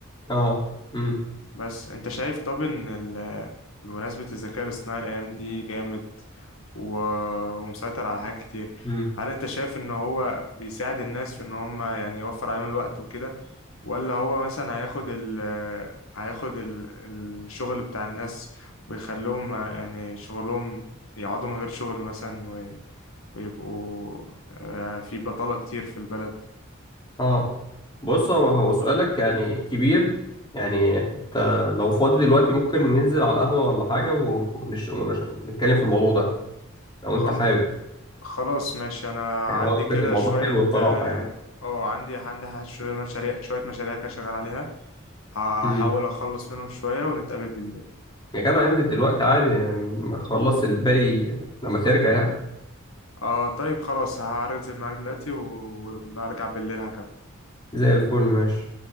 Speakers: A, on the left; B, on the left.
A: اه امم
B: بس انت شايف طب ان ال- بمناسبة الذكاء الاصطناعي الايام دي جامد و... ومسيطر على حاجات كتير
A: امم
B: هل انت شايف ان هو بيساعد الناس في ان هم يعني يوفر عليهم الوقت وكده ولا هو مثلا هياخد ال... هياخد ال... الشغل بتاع الناس ويخلوهم يعني شغلهم يقعدوا من غير شغل مثلا و... ويبقوا آه، في بطالة كتير في البلد
A: اه بص هو هو سؤالك يعني كبير يعني انت لو فاضي دلوقتي ممكن ننزل على القهوه ولا حاجه و- ونش... ونش... ونتكلم في الموضوع ده لو انت
B: خالص
A: حابب
B: خلاص ماشي انا
A: يعني
B: عندي
A: هو الفكرة-
B: كده
A: الموضوع
B: شوية
A: حلو الصراحه
B: اه
A: يعني
B: آه، عندي عندي ح- شوية مشاريع شوية مشاريع كده شغال عليها هحاول
A: امم
B: اخلص منهم شوية ونتقابل بالليل
A: يا جدع انزل دلوقتي عادي يعني خلص الباقي لما ترجع يعني
B: اه طيب خلاص هنزل معاك دلوقتي و- وما ارجع بالليل هكمل
A: زي الفل ماشي